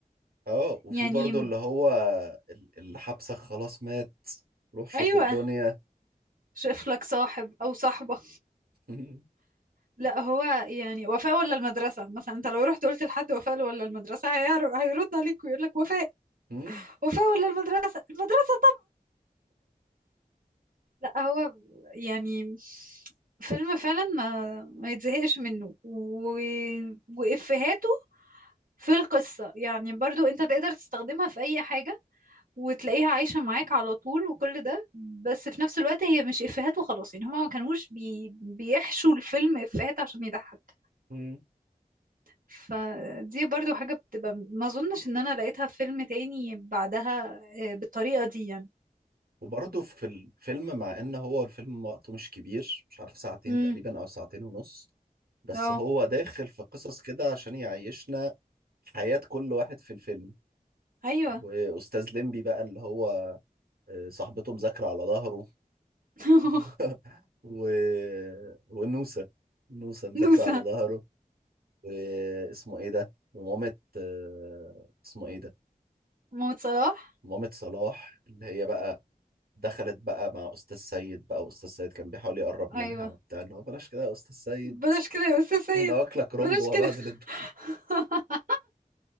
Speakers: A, on the right; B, on the right.
A: اه وفي
B: يعني
A: برضه اللي هو ال- اللي حبسك خلاص مات روح شوف
B: أيوة
A: الدنيا
B: شايف لك صاحب أو صاحبة
A: <laughs>
B: لا هو يعني وفاء ولا المدرسة مثلا أنت لو رحت قلت لحد وفاء ولا المدرسة هيعرف هيرد عليك ويقول لك وفاء
A: مم.
B: وفاء ولا المدرسة المدرسة لا هو ب- يعني فيلم فعلا ما ما يتزهقش منه و... وإفهاته في القصة يعني برضو انت تقدر تستخدمها في اي حاجة وتلاقيها عايشة معاك على طول وكل ده بس في نفس الوقت هي مش إفهات وخلاص يعني هما ما كانوش بي... بيحشوا الفيلم إفهات عشان يضحك
A: مم.
B: فدي برضو حاجة بتبقى ما اظنش ان انا لقيتها في فيلم تاني بعدها آه، بالطريقة دي يعني
A: وبرضه في الفيلم مع ان هو الفيلم وقته مش كبير مش عارف ساعتين
B: امم
A: تقريبا او ساعتين ونص بس
B: اه
A: هو داخل في قصص كده عشان يعيشنا حياة كل واحد في الفيلم
B: ايوه
A: واستاذ ليمبي بقى اللي هو آه، صاحبته مذاكرة على ظهره
B: <laughs>
A: <laughs> و... ونوسة نوسة مذاكرة
B: نوسة
A: على ظهره واسمه ايه ده ومامة آه، اسمه ايه ده
B: محمد صلاح
A: مامة صلاح اللي هي بقى دخلت بقى مع أستاذ سيد بقى وأستاذ سيد كان بيحاول يقرب منها
B: ايوه
A: وبتاع اللي هو بلاش كده يا أستاذ سيد
B: بلاش كده يا استاذ سيد
A: أنا واكلك رومب
B: بلاش
A: وهبهدل
B: كده <laughs>
A: الدنيا